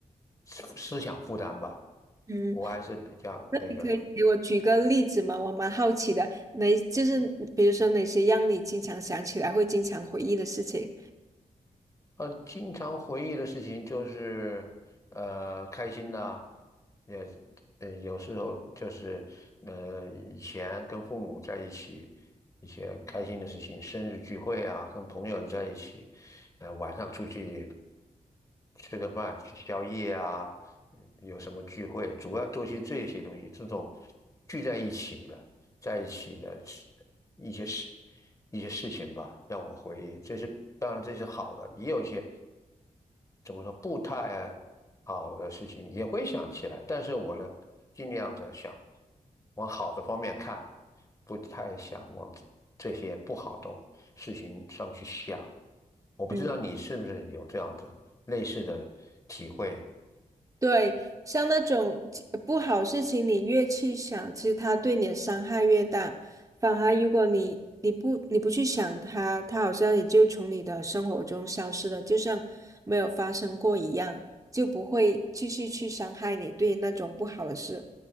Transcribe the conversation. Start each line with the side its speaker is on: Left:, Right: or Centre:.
Left: 思思想负担吧，
Right: 嗯，
Left: 我还是比较那个的。
Right: 你可以给我举个例子吗？我蛮好奇的，哪就是比如说哪些让你经常想起来会经常回忆的事情？
Left: 呃，经常回忆的事情就是呃开心的，也呃有时候就是呃以前跟父母在一起。一些开心的事情，生日聚会啊，跟朋友在一起，呃，晚上出去。吃个饭、吃宵夜啊，嗯有什么聚会，主要都是这些东西，这种聚在一起的，在一起的事一些事一些事情吧，让我回忆。这是当然，这是好的，也有一些怎么说不太好的事情也会想起来，但是我呢，尽量的想往好的方面看，不太想往这这些不好的事情上去想。我不知道你是不是有这样的类似的体会。
Right: 嗯。对，像那种呃不好事情，你越去想，其实它对你的伤害越大。反而如果你你不你不去想它，它好像也就从你的生活中消失了，就像没有发生过一样，就不会继续去伤害你对那种不好的事。